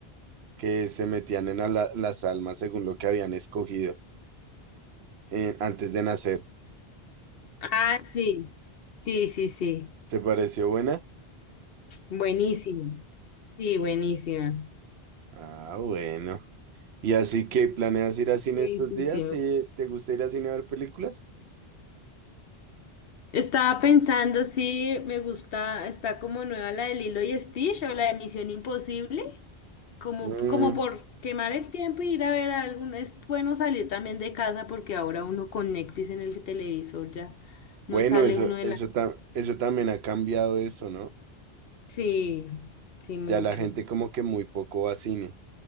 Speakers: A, on the right; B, on the left.
A: que se metían en a la- las almas según lo que habían escogido eh, antes de nacer.
B: Ah, sí. Sí, sí, sí.
A: ¿Te pareció buena?
B: Buenísimo. Sí, buenísima.
A: Ah, bueno. ¿Y así que planeas ir a cine
B: Sí,
A: estos
B: sí,
A: días?
B: sí.
A: ¿Sí? ¿Te gusta ir a cine a ver películas?
B: Estaba pensando si me gusta, está como nueva la de Lilo y Stitch o la de Misión Imposible, como,
A: Mm,
B: como por quemar el tiempo y ir a ver alguna. Es bueno salir también de casa porque ahora uno con Netflix en el televisor ya
A: bueno,
B: no sale
A: eso,
B: uno de
A: eso,
B: la...
A: tam- eso también ha cambiado eso, ¿no?
B: Sí, sí, mucho.
A: Ya la gente como que muy poco va a cine.